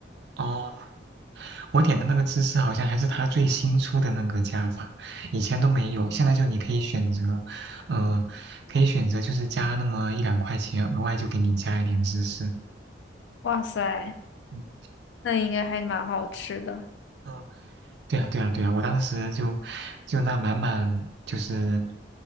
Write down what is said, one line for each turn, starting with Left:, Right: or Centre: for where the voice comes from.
Right: 哦，我点的那个芝士好像还是他最新出的那个加法，以前都没有。现在就你可以选择，嗯、可以选择就是加那么一两块钱，额外就给你加一点芝士。
Left: 哇塞，
Right: 嗯
Left: 那应该还蛮好吃的。
Right: 嗯对啊，对啊，对啊，我当时就就那满满就是